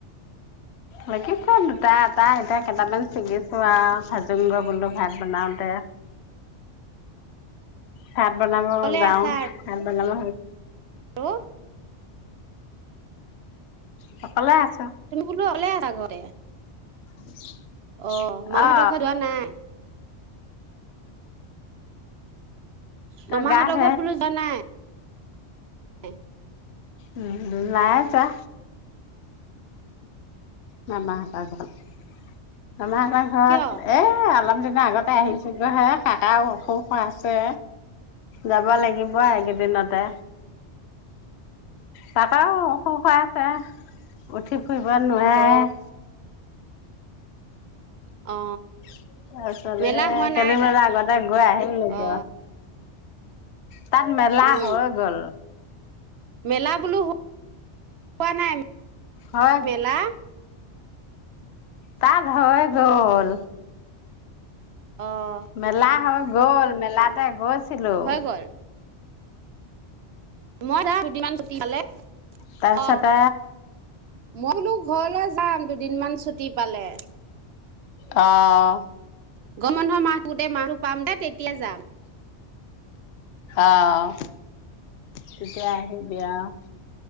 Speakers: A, on the left; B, on the right.
A: লাগিব আ দুটা এটা এতিয়া কেইটামান ছিগিছো আৰু ভাজুংগ বোলো ভাত বনাওতে। ভাত বনাব
B: অকলে
A: যাওঁ
B: আছা
A: ভাত বনাব অ
B: আৰু।
A: সকলোৱে আছা।
B: তুমি বোলো অকলে আ সাগৰে
A: <inaudible>
B: অঁ মামাহঁতৰ
A: অ
B: ঘৰত যোৱা নাই
A: তই
B: মামাহঁতৰ
A: গা <unintelligible>
B: ঘৰত বোলো যোৱা নাই? <unintelligible>
A: <unintelligible> নাই যোৱা। মামাহঁতৰ
B: কিয়?
A: <unintelligible> এ অলপ <unintelligible> আগতে আহিছিলো হে কাকা অসুখ হৈ আছে যাব লাগিব এইকেইদিনতে কাকাও অসুখ হৈ আছে উঠি ফুৰিব নোৱাৰে
B: অ
A: <inaudible> <unintelligible>
B: অ মেলা হোৱা
A: কেইদিনমান
B: নাই তাত?
A: আগতে গৈ আহিলো <unintelligible>
B: অ
A: তাত মেলা
B: উম
A: হৈ গ'ল।
B: মেলা বোলো হোৱা নাই
A: হৈ
B: মেলা
A: তাত হৈ গ'ল
B: অ',
A: মেলা হ'ল গ'ল মেলাতে গ'ল <unintelligible>
B: হৈ গ'ল মই যাম দুদিনমান ছুটী পালে
A: তাৰপিছতে
B: অঁ মই বোলো ঘৰলৈ যাম দুদিনমান ছুটী পালে
A: অঁ
B: গৰম বন্ধৰ মাহ গোটেই মাহটো পাম যে তেতিয়া যাম
A: অঁ তেতিয়া আহিবি অঁ